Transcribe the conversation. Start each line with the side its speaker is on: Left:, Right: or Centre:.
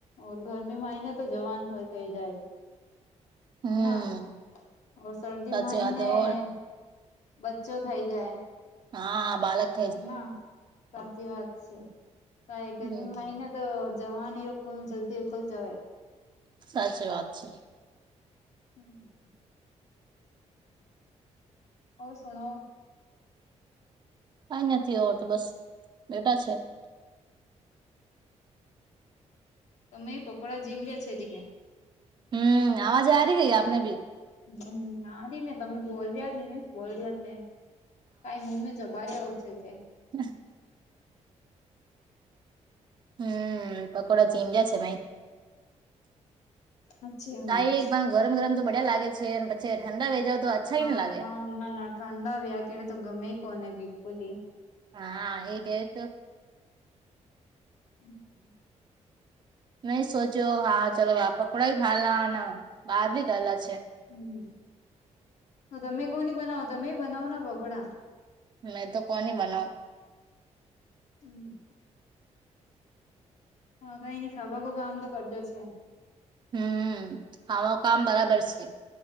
Left: ઓર ગરમી માં આવીઈ ને તો જવાનું હોય થઇ જાય.
Right: હમ
Left: ના શરદીમાં
Right: સાચી
Left: આવીયને
Right: વાત હે ઓર
Left: બચો થઇ જાય.
Right: હા બાાલક.
Left: ના સાચી વાત છે ક એ ગરમી
Right: હમ
Left: મા ને તો જવાની એ લોકો જલ્દી ઉલ જવા.
Right: સાચી વાત છે.
Left: હમ્મ હ. ઓ સુણો.
Right: કઈ નથી આવરત બસ બેટા છે.
Left: હ તમે એ પકોોડા જીમરી છે દ કે્યા.
Right: હમ્મ આવાજ આ રહી ગઈ આપને ભી.
Left: હમ્મ આર ઈ ને તમે બોલ્યા ને એ બોલ્યા છે. કઈ મૂમે જબડીઓ આવ છે તે.
Right: હમ્મ. હમ્મ પકોડા જીમ જ છે મા.
Left: અચ્છી વાત
Right: તાાઈ
Left: છે
Right: એકવાર ગરમ ગરમ તો બડ્યા લાગે છે પછી ઠંડા વે જાવ તો અચ્છા
Left: હા
Right: ઈ ન લાગે
Left: ના ના ના ઠંડા વયા કે તો ગમે કોને બિલકુલ હ.
Right: હા એ જ તો.
Left: હમ્મ.
Right: મે સોચ્યો હા ચલો વા પકકોડાો ખા લ બહાર ભી ગાલા છે.
Left: હમ્મ તો તમે કોની બનાવો તમે બનાવો ના પકોોડા.
Right: મેં તો કોન બનાવ.
Left: હમ્મ. હા કઈ નની ખા કામ તો કરજો છે.
Right: હમ્મ આમાં કામ બરાબર છે.